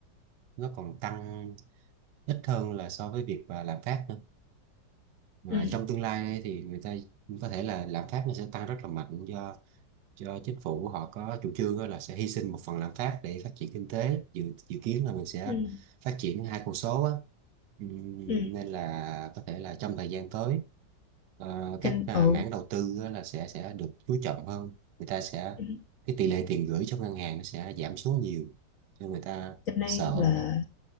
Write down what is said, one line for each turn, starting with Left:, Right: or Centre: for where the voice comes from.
Right: nó còn tăng ít hơn là so với việc mà lạm phát nữa mà
Left: Ừ.
Right: trong tương lai đây thì người ta có thể là lạm phát nó sẽ tăng rất là mạnh do do chính phủ họ có chủ trương á là sẽ hy sinh một phần lạm phát để phát triển kinh tế dự dự kiến là mình sẽ
Left: Ừ.
Right: phát triển hai con số á. Ừm,
Left: Ừ.
Right: nên là có thể là trong thời gian tới ờ, các
Left: Cho,
Right: à,
Left: ừ.
Right: mảng đầu tư á là sẽ sẽ được chú trọng hơn người ta sẽ
Left: Ừ.
Right: cái tỷ lệ tiền gửi trong ngân hàng nó sẽ giảm xuống nhiều cho người ta
Left: Cho nên
Right: sợ
Left: là
Right: á.